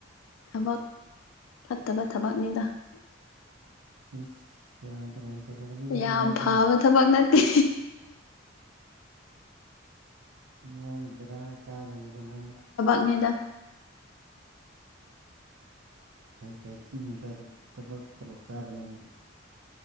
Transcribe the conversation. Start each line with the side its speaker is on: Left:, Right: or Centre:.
Left: ꯊꯕꯛ ꯐꯠꯇꯕ ꯊꯕꯛꯅꯤꯅ
Right: ꯏꯁꯁ ꯔꯗ ꯔ ꯇꯧꯔꯣꯕꯨ
Left: ꯌꯥꯝ
Right: ꯀꯗꯧ ꯃꯥꯏꯗ
Left: ꯐꯕ ꯊꯕꯛ ꯅꯠꯇꯦ
Right: ꯃꯥꯏ ꯦꯔ ꯀꯥꯅꯤꯀꯣꯅ
Left: ꯃꯗꯥ
Right: ꯐꯩ ꯐꯩ ꯆꯃꯤ ꯌꯆꯥꯗꯤ ꯊꯕꯛ ꯇꯂꯣꯞ ꯆꯥꯕꯅꯤꯅ